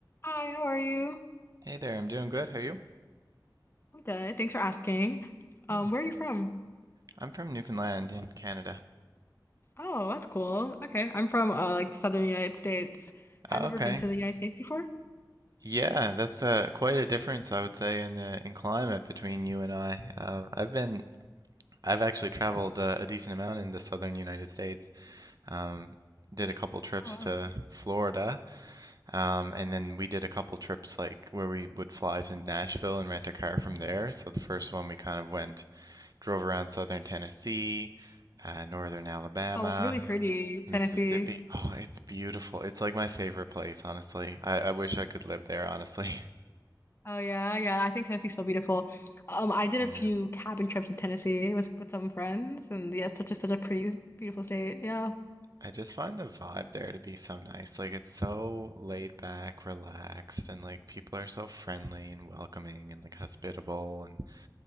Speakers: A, on the left; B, on the right.
A: Hi, how are you?
B: Hey there, I'm doing good. How are you?
A: I'm good. Thanks for asking. Um,
B: Yeah,
A: where are you from?
B: I'm from Newfoundland in Canada.
A: Oh, that's cool. Okay, I'm from uh like Southern United States. Have
B: Oh,
A: you
B: okay.
A: ever been to the United States before?
B: Yeah, that's uh, quite a difference, I would say, in the in climate between you and I. Uh, I've been, I've actually traveled uh, a decent amount in the southern United States. Um, did a couple trips
A: Oh wow.
B: to Florida, um, and then we did a couple trips like where we would fly to Nashville and rent a car from there. So the first one we kind of went. drove around southern Tennessee, uh, northern Alabama,
A: Oh, it's really pretty,
B: Mississippi.
A: Tennessee.
B: Oh, it's beautiful. It's like my favorite place, honestly. I, I wish I could live there, honestly. <laughs>
A: Oh yeah, yeah. I think Tennessee's so beautiful. Um, I did a
B: Yeah.
A: few cabin trips in Tennessee with with some friends, and yeah, it's such a such a pretty, beautiful state. Yeah,
B: I just find the vibe there to be so nice. Like it's so laid back, relaxed, and like people are so friendly and welcoming and like hospitable. And